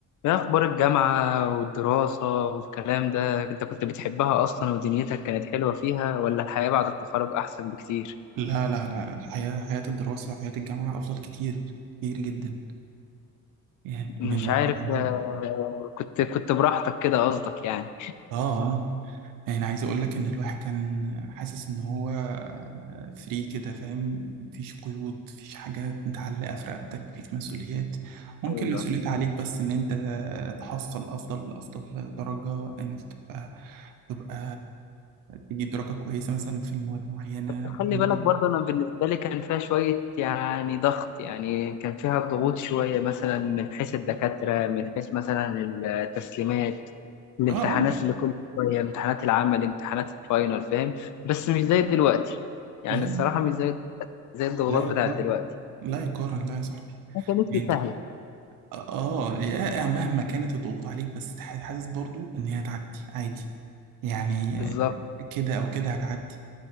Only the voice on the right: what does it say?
لا لا لا الحياة حياة الدراسة وحياة الجامعة أفضل كتير كتير جدا يعني
من واقع
آه آه يعني عايز أقول لك إن الواحد كان حاسس إن هو فري كده فاهم مفيش قيود مفيش حاجة متعلقة في رقبتك مفيش مسؤوليات ممكن
مسؤوليات عليك بس إن أنت تحصل أفضل أفضل درجة إن أنت تبقى تبقى تجيب درجة كويسة مثلا في المواد معينة
عندك
آه آه
لا
لا يقارن
لا يقارن لا يقارن لا يا صاحبي
يعني انت
اه يا- مهما كانت الضغوط عليك بس تح- حاسس برضو ان هي هتعدي عادي يعني
كده او كده هتعدي